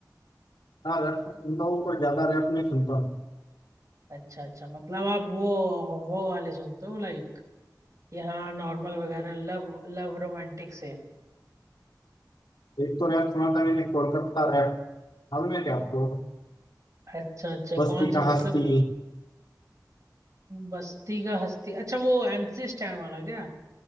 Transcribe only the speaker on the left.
हाँ रैप तो सुनता हूँ पर ज्यादा रैप नहीं सुनता हूँ।
एक तो रैप सुना था मैंने कोलकाता रैप मालूम है क्या आपको
बस्ती
का
हस्ती